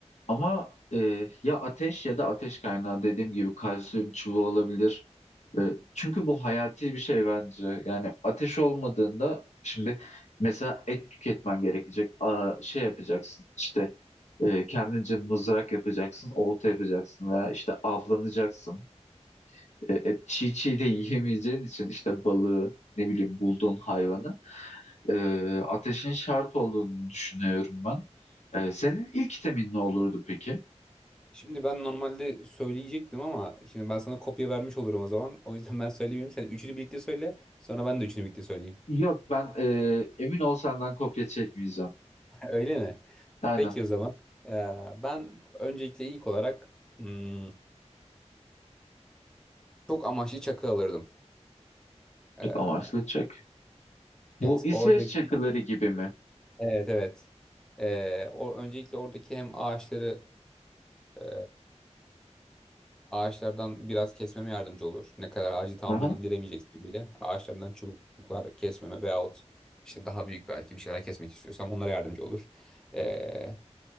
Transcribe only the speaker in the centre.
Şimdi ben normalde söyleyecektim ama şimdi ben sana kopya vermiş olurum o zaman. O yüzden ben söyleyeyim. Sen üçünü birlikte söyle. Sonra ben de üçünü birlikte söyleyeyim.
<laughs> Öyle mi?
Peki o zaman. Ee, ben öncelikle ilk olarak hmm, çok amaçlı çakı alırdım. Ee,
o-
evet
oradaki
evet evet. Ee, o, öncelikle oradaki hem ağaçları ee, Ağaçlardan biraz kesmeme yardımcı olur. Ne kadar ağacı tamamen
indiremeyeceksin bile ağaçlardan çubuklar kesmeme veyahut işte daha büyük belki bir şeyler kesmek istiyorsam onlara yardımcı olur. Ee,